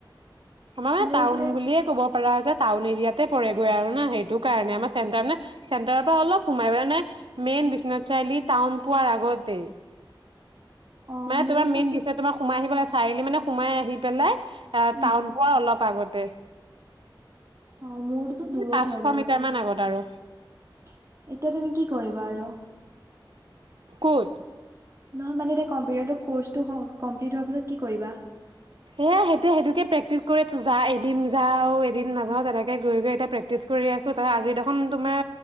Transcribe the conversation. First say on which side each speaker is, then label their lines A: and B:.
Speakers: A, on the right (about 75°); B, on the right (about 35°).
A: আমাৰ
B: মোৰতো
A: টাউন
B: এই
A: বুলিয়ে ক'ব পাৰা যে, টাউন এৰিয়াতে পৰেগৈ আৰু ন সেইটো কাৰণে। আমা চেণ্টাৰ নাই চেণ্টাৰৰ পৰা অলপ সোমাই পেলাই মানে মেইন বিশ্বনাথ চাৰিআলি টাউন পোৱাৰ আগতেই
B: অ
A: মানে
B: মোৰটোতো
A: তোমাৰ মেইন বিচয় তোমাক সোমাই আহি পেলাই চাৰিআলি মানে সোমাই আহি পেলাই এ
B: উম
A: টাউন পোৱাৰ অলপ আগতে
B: অ মোৰটোতো দূৰত
A: পাঁচশ
B: হয় বাৰু
A: মিটাৰ
B: বহুত
A: মান আগত আৰু
B: এতিয়া তুমি কি কৰিবা আৰু
A: ক'ত
B: নহয় মানে এতিয়া কম্পিউটাৰটো ক'ৰ্চটো কমপ্লিট হোৱা পাছত কি কৰিবা?
A: এই সেইটো সেইটোকে প্ৰেক্টিছ কৰিছো যা এদিন যাও এদিন নাযাও তেনেকে গৈ গৈ এতিয়া প্ৰে প্ৰেক্টিছ কৰি আছো তাৰ আজি দেখোন তোমাৰ